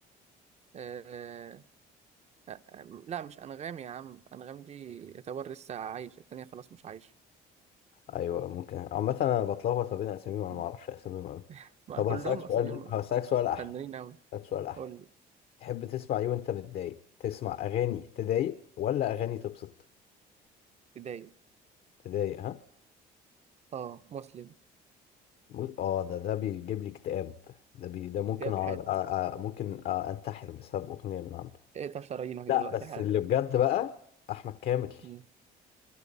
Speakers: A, on the right; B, on the left.
A: آه، آه، آه، لا مش أنغام يا عم أنغام دي يعتبر لسه عايشة التانية خلاص مش عايشة
B: أيوة ممكن عامة أنا بتلخبط ما بين أساميهم أنا
A: <laughs>
B: ما أعرفش أساميهم أوي
A: ما
B: طب
A: كلهم
B: هسألك
A: أساميهم
B: سؤال هسألك سؤال أحلى
A: فنانين أوي
B: طب سؤال أحلى
A: قول لي
B: تحب تسمع إيه وأنت متضايق تسمع أغاني تضايق ولا أغاني تبسط
A: بداية
B: تضايق ها
A: اه مسلم
B: مو- آه ده ده بيجيب لي اكتئاب ده بي ده ممكن
A: إيهاب
B: أقعد-
A: حاتم
B: أ- أ- ممكن أ- أنتحر بسبب أغنية من عنده
A: 19 راينه
B: لا
A: دلوقتي
B: بس
A: حالا
B: اللي بجد بقى أحمد كامل
A: مم.